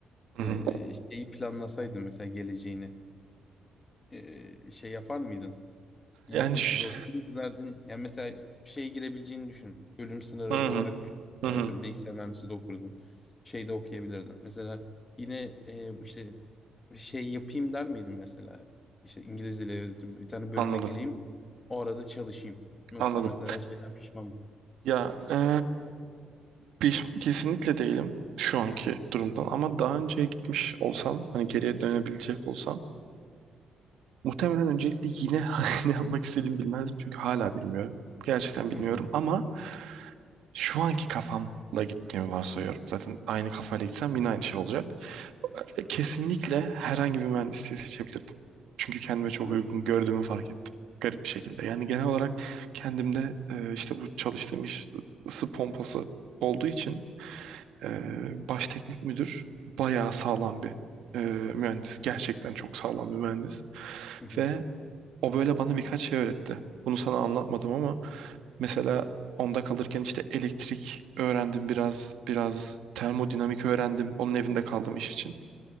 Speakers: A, on the right; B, on the left.
A: Hı
B: E,
A: hı.
B: şeyi planlasaydın mesela geleceğini e, şey yapar mıydın? Yine
A: Yani
B: bu
A: ş-
B: rotayı rotalardan yani mesela şeye girebileceğini düşün. Bölüm sınırı
A: hı
B: olarak
A: hı.
B: düşün. Mesela
A: Hı hı.
B: Atıyorum bilgisayar mühendisliği de okurdun. Şey de okuyabilirdin. Mesela yine e, işte şey yapayım der miydin mesela? İşte İngiliz dili evet, bir tane bölüme
A: Anladım.
B: gireyim. O arada çalışayım. Yoksa
A: Anladım.
B: mesela şeyden pişman mısın?
A: Ya e, pişman kesinlikle değilim şu anki durumdan ama daha önceye gitmiş olsam hani geriye dönebilecek olsam Muhtemelen öncelikle yine <laughs> ne yapmak istediğimi bilmezdim çünkü hala bilmiyorum. Gerçekten bilmiyorum
B: Hı hı.
A: ama şu anki kafamla gittiğimi varsayıyorum. Zaten aynı kafayla gitsem yine aynı şey olacak. E, Kesinlikle herhangi bir mühendisliği seçebilirdim. Çünkü kendime çok
B: Öyle
A: uygun
B: mi?
A: gördüğümü fark ettim. Garip bir şekilde. Yani genel olarak kendimde e, işte bu çalıştığım iş ısı pompası olduğu için e, baş teknik müdür bayağı sağlam bir e, mühendis. Gerçekten çok sağlam bir mühendis.
B: Hı hı.
A: Ve o böyle bana birkaç şey öğretti. Bunu sana anlatmadım ama mesela onda kalırken işte elektrik öğrendim biraz, biraz termodinamik öğrendim. Onun evinde kaldım iş için.